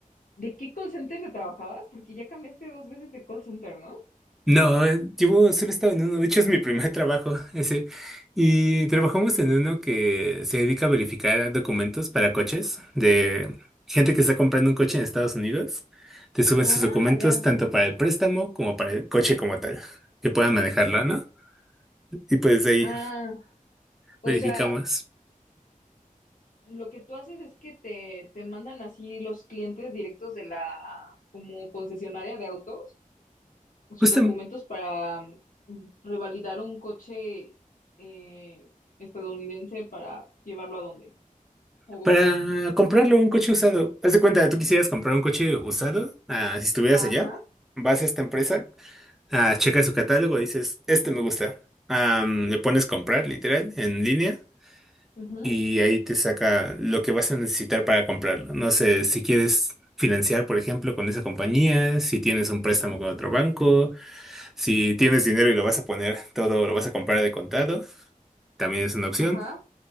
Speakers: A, on the left (about 70°); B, in the centre.
A: ¿De qué call center te trabajabas? Porque ya cambiaste dos veces de call center, ¿no?
B: No, eh, llevo, solo he estado en uno, de hecho es mi primer trabajo <laughs> ese. Y trabajamos en uno que se dedica a verificar documentos para coches de gente que está comprando un coche en Estados Unidos. Te suben
A: Ah,
B: sus documentos
A: ya.
B: tanto para el préstamo como para el coche como tal, que puedan manejarlo, ¿no? Y pues ahí
A: Ah, o
B: verificamos.
A: sea, lo que tú haces es que te, te mandan así los clientes directos de la como concesionaria de autos, sus
B: Justo
A: documentos para mm, revalidar un coche eh, estadounidense para llevarlo a dónde o cómo.
B: para comprarlo un coche usado. Haz de cuenta, tú quisieras comprar un coche usado, ah, si estuvieras
A: Ajá,
B: allá, vas a esta empresa. Ah, checa su catálogo, dices, este me gusta. Am, le pones comprar, literal, en línea,
A: ujú,
B: y ahí te saca lo que vas a necesitar para comprarlo. No sé, si quieres financiar, por ejemplo, con esa compañía, si tienes un préstamo con otro banco, si tienes dinero y lo vas a poner todo, lo vas a comprar de contado, también es una opción.
A: ajá,